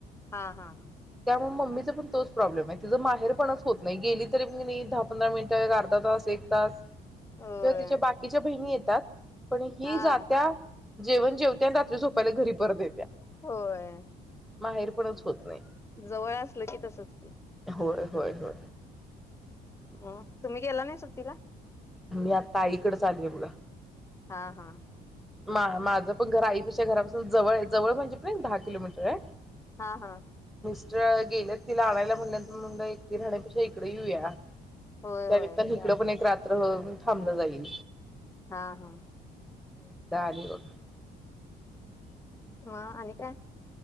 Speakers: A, on the left; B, in the centre.
A: हा हा हा
B: त्यामुळे मम्मीचा पण तोच प्रॉब्लेम आहे. तिचं माहेरपणच होत नाही. गेली तरी म दहा पंधरा मिनिटं अर्धा तास एक तास किंवा
A: होय
B: तिच्या बाकीच्या बहिणी येत तात. पण ही
A: हा
B: जातीया. जेवण जेवत्यात. रात्री झोपायला घरी परतत येत
A: होय
B: माहेरपणच होत नाही.
A: जवळ असल की तसच ते
B: होय होय होय.
A: हम् तुम्ही गेला नाही सु्टला
B: मी आता आईकडेचं आलीया बघा.
A: हा हा
B: मा माझं पण घर आईपक्षा घरापासून जवळ आहे. जवळ म्हणजे पण एक दहा किलोमीटर आहे.
A: हा हा
B: आज गेल्यात तिला आणायला, म्हटल्यानंतर म्हणलं एकटी राहण्यापेक्षा इकडे येऊया.
A: होय
B: त्यानिमित्ताने
A: होय चालेल
B: इकडं पण एक रात्र हो थाबलं लगीनं
A: हा हा
B: <inaudible>
A: ह आणि काय